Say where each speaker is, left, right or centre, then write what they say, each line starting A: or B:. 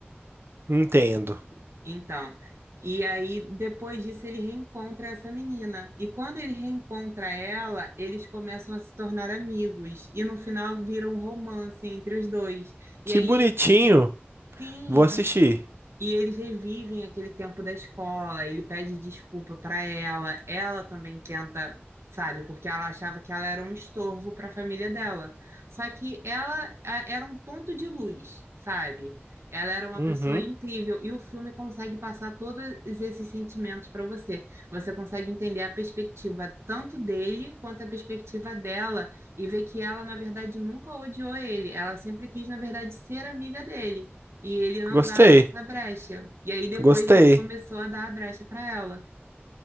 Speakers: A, on the right; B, on the right.
A: entendo.
B: Então, e aí depois disso ele reencontra essa menina. E quando ele reencontra ela, eles começam a se tornar amigos, e no final vira um romance entre os dois. E
A: Que
B: aí
A: bonitinho.
B: Sim,
A: Vou assistir.
B: E eles revivem aquele tempo da escola, ele pede desculpa para ela, ela também tenta, sabe, porque ela achava que ela era um estorvo para a família dela. Só que ela a- era um ponto de luz, sabe? Ela era uma
A: Uhum.
B: pessoa incrível e o filme consegue passar todos esses sentimentos para você. Você consegue entender a perspectiva tanto dele quanto a perspectiva dela e ver que ela, na verdade, nunca odiou ele. Ela sempre quis, na verdade, ser amiga dele. E ele não
A: Gostei.
B: dava essa brecha. E aí depois
A: Gostei.
B: ele começou a dar a brecha para ela.